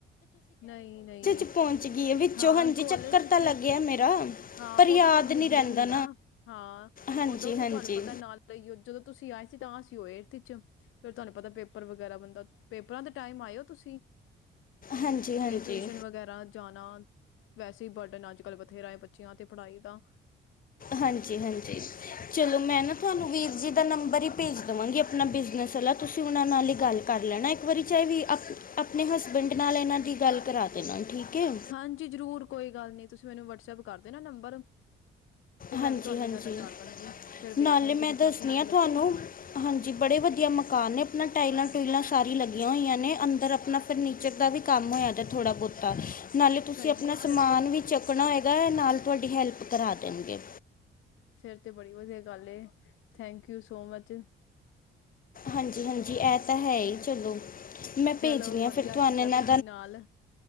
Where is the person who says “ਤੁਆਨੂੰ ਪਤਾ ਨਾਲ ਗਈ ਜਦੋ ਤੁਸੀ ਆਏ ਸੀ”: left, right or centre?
Left